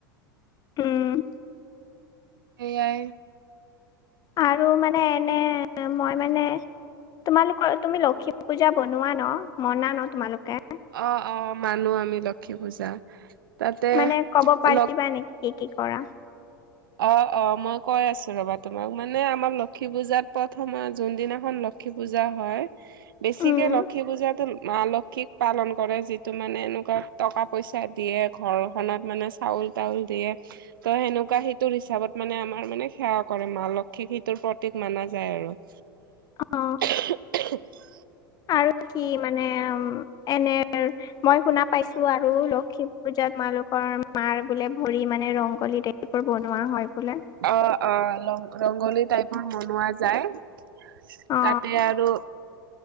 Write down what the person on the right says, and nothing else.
এয়াই।
উম
অহ', অহ' মানো আমি লক্ষী পূজা। তাতে
লগ
অহ', অহ' মই কৈ আছো ৰবা তোমাক, মানে আমাৰ লক্ষী পূজাত প্ৰথমে যোনদিনাখন লক্ষী পূজা হয়, বেছিকে
লক্ষী পূজাতো মা লক্ষ্মী লক্ষ্মীক পালন কৰে যিটো মানে এনেকুৱা টকা পইচা দিয়ে, ঘৰখনত মানে চাউল-তাউল দিয়ে। ত' সেনেকুৱা সিটোৰ হিচাপত মানে আমাৰ মানে সেৱা কৰে, মা লক্ষ্মীক সেইটোৰ প্ৰতীক মাননা যায় আৰু।
<unintelligible>
অ', অ' ৰ ৰংগলী টাইপৰ বনোৱা যায়
তাতে আৰু